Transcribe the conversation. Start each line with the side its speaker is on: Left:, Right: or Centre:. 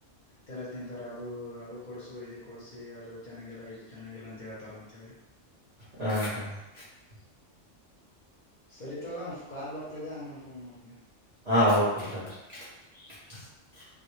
Left: ತಲೆ ತಿಂತಾರ ಅದು ಅದು ಕೊಡುಸು ಇದು ಕೊಡಸಿ ಅದ <unintelligible> ಚೆನ್ನಾಗಿಲ್ಲ ಇದು ಚೆನ್ನಾಗಿಲ್ಲ ಅಂತ ಹೇಳ್ತಾರ ಅಂತ ಹೇಳಿ? <unintelligible>
Right: ಹ ಹಾ <unintelligible>
Left: ಸರಿ ತೋಗೋ ಕಾಲ್ ಬರ್ತಿದೆ ಆಮೇಲೆ ಫೋನ್ ಮಾಡ್ತೀನಿ. <unintelligible>
Right: ಹಾ ಓಕೆ ಬ್ರದರ್. <unintelligible>